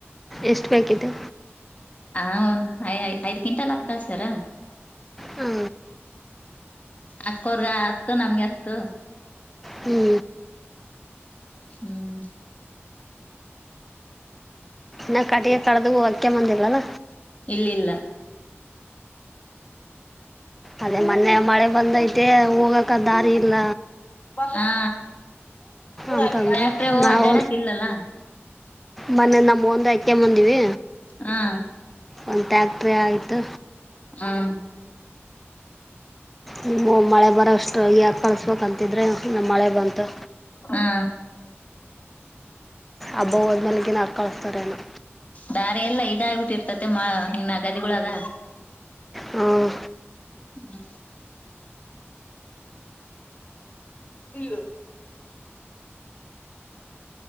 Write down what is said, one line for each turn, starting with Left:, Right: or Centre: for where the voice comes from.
Centre: ಎಷ್ಟು ಬೇಕಿದೆ
Left: ಹ ಒಂದ ಐ ಐದ್ ಗಿಂಟಲ್ಲಾ ಕಳ್ಸರ.
Centre: ಹ್ಞೂ
Left: ಅಕ್ಕೋರ್ಗ ಅತ್ತು ನಮ್ಗೆ ಅತ್ತು
Centre: ಹ್ಞೂ
Left: ಹ್ಮ್
Centre: ನಾ ಕಟಿಗೆ ಕಡ್ದ ಹ ಅಕ್ಕೆ ಬಂದಿಲ್ಲಲ್ಲ
Left: ಇಲ್ಲಿಲ್ಲ
Centre: ಅದೇ ಮೊನ್ನೆ ಮಳೆ ಬಂದೈತೆ ಹೋಗಕ ದಾರಿ ಇಲ್ಲ
Left: ಹಾ <unintelligible>
Centre: ಅಂತಂದ್ರು ನಾವು
Left: ಅಡ್ಡಾಡಕ್ ಇಲ್ಲಲ್ಲ
Centre: ಮೊನ್ನೆ ನಮ್ಮ ಒಂದು ಹಾಕ್ಯಂಬಂದಿವಿ
Left: ಹಾ
Centre: ಒಂದು ಟ್ಯಾಕ್ಟ್ರಿ ಆಯಿತು
Left: ಹ್ಮ
Centre: ನೀಮ್ಮ ಮಳೆ ಬರೋಷ್ಟು ಯಕ ಕಳಿಸ್ಬೇಕಂತಿದ್ರೆ ನಮ್ಮ ಮಳೆ ಬಂತು
Left: ಹಾ
Centre: ಅಬ್ಬಬದ ಮನಗೆ ನು ಕಳತಾರೇನು
Left: ದಾರೆ ಎಲ್ಲಾ ಇದ ಆಗಿಬಿಟ್ಟಿರ್ತತೆ ಮ ಗದಿಗಳಳಾಗ
Centre: ಹ್ಮ್
Left: ಹ್ಮ್ ಇಲ್ಲ